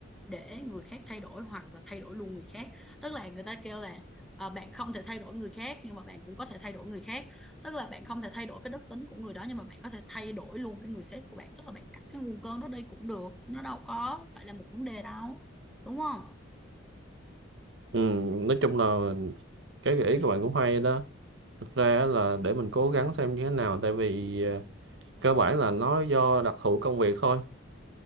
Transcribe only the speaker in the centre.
để người khác thay đổi hoặc là thay đổi luôn người khác tức là người ta kêu là à, bạn không thể thay đổi người khác nhưng mà bạn cũng có thể thay đổi người khác tức là bạn không thể thay đổi cái đức tính của người đó nhưng mà bạn có thể thay đổi luôn cái người sếp của bạn tức là bạn cắt cái nguồn cơn đó đi cũng được nó đâu có phải là một vấn đề đâu đúng không